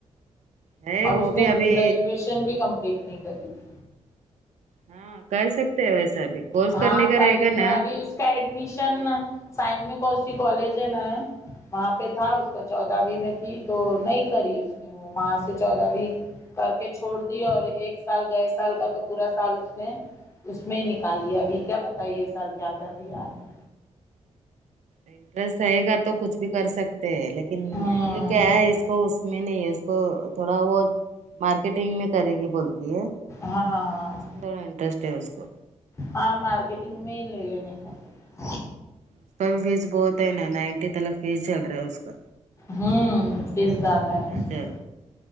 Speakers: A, on the right; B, on the left.
A: ہے
B: اور
A: وہ
B: اس
A: بھی
B: نے
A: ابھی
B: گریجویشن بھی کمپلیٹ نہیں کری تھی
A: ہاں کر سکتے ہیں ویسا بھی کورس
B: ہاں
A: کرنے کا
B: پندرہویں
A: رہے گا نا
B: اس کا ایڈمیشن سائن میں کوسی کالج ہےینا ہے وہاں پہ تھا اس کا چودہویں میں تھی تو نہیں کری اس نے وہ وہاں سے چودہویں کر کے چھوڑ دیا اور ایک سال گئے سال کا تو پورا سال اس نے اس میں ہی نکال لیا ابھی کیا پتا یہ سال کیا کر رہی ہے آگے
A: انٹرسٹ رہے گا تو کچھ بھی کر سکتے ہیں لیکن
B: ہاں
A: یہ کیا ہے اس کو اس میں نہیں نہیں اس کو تھوڑا بہت مارکیٹنگ میں کرے گی بولتی ہے
B: ہاں
A: اس میں تھوڑا انٹرسٹ ہے اس کو
B: ہاں مارکیٹنگ میں ہی لے لینے کا پھر،
A: اس کا بھی فیس بہت ہے نا نائنٹی تلک فیس چل رہا ہے کا
B: ہوں فیس زیادہ ہے اسکا
A: ہزار